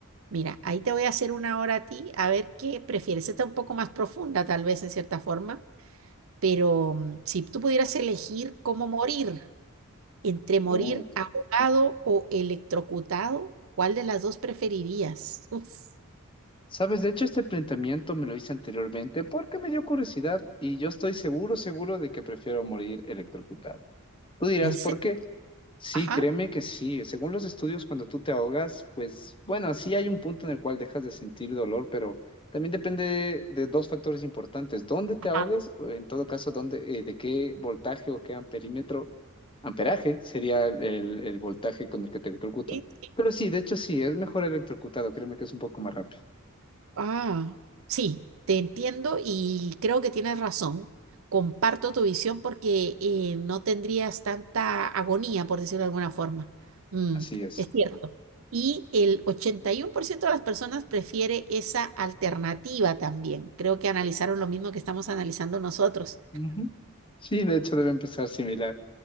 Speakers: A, on the right; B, on the left.
A: Mira, ahí te voy a hacer una hora a ti, a ver qué prefieres. Esta es un poco más profunda, tal vez en cierta forma, pero mm, si tú pudieras elegir cómo morir, entre morir
B: Uh.
A: ahogado o electrocutado, ¿cuál de las dos preferirías? Uf,
B: Sabes, de hecho este planteamiento me lo hice anteriormente porque me dio curiosidad y yo estoy seguro, seguro de que prefiero morir electrocutado. Tú dirás,
A: ese,
B: ¿por qué? Sí,
A: ajá,
B: créeme que sí. Según los estudios, cuando tú te ahogas, pues bueno, sí hay un punto en el cual dejas de sentir dolor, pero también depende de, dos factores importantes. ¿Dónde te
A: ajá,
B: ahogues? O en todo caso, ¿dónde, eh, de qué voltaje o qué amperímetro, amperaje sería el, el voltaje con el que te electrocutan?
A: sí, sí.
B: Pero sí, de hecho sí, es mejor electrocutado. Créeme que es un poco más rápido.
A: Ah, sí, te entiendo y creo que tienes razón. Comparto tu visión porque eh, no tendrías tanta agonía, por decirlo de alguna forma. Mm,
B: Así es.
A: es cierto. Y el 81% de las personas prefiere esa alternativa también. Creo que analizaron lo mismo que estamos analizando nosotros.
B: Ujú. Sí, de hecho debe empezar similar.